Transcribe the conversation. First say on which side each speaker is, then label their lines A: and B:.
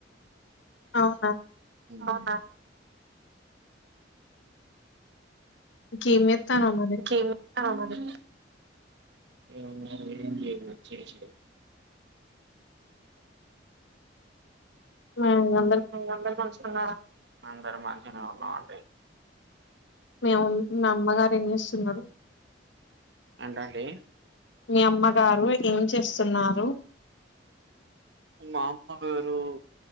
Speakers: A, on the left (about 75°); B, on the right (about 60°).
A: అవునా
B: అవునా
A: ఇంకేం జేత్తన్నావ్ మరి
B: ఎం దేత్తన్నావ్ మరి ఏముందండి ఏంలేదు జేసేది
A: వా వా
B: అందరు మంచిగా ఉన్నర అందరూ మంచిగా ఉన్నారండి
A: మేమ్ మీ అమ్మగారు ఎం జేస్తున్నారు
B: ఏంటండి
A: మీ అమ్మగారు ఏం చేస్తున్నారు
B: మా అమ్మగారు